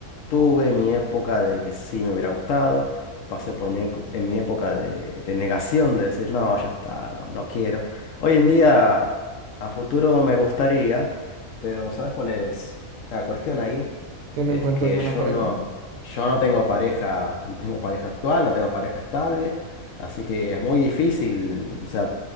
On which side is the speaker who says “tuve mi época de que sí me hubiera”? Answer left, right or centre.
Left